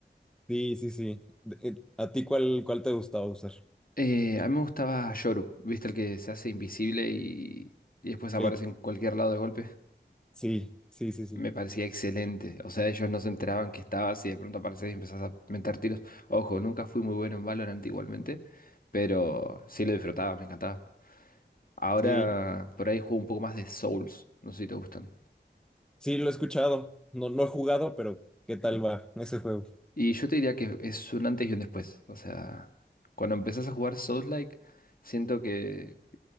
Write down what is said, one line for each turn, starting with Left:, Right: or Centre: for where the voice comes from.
Centre: Sí, sí, sí. De- eh, ¿A ti cuál, cuál te gustaba usar?
Left: Eh, a mí me gustaba Yoru, ¿viste? El que se hace invisible y, y después aparece
Centre: Que el-
Left: en cualquier lado de golpe.
Centre: Sí, sí, sí, sí.
Left: Me parecía excelente. O sea, ellos no se enteraban que estabas y de pronto apareces y empezás a meter tiros. Ojo, nunca fui muy bueno en Valorant igualmente, pero sí lo disfrutaba, me encantaba. Ahora
Centre: Sí,
Left: por ahí juego un poco más de Souls. No sé si te gustan.
Centre: sí, lo he escuchado. No, no he jugado, pero ¿qué tal va ese juego?
Left: Y yo te diría que es un antes y un después. O sea, cuando empezás a jugar Souls-like, siento que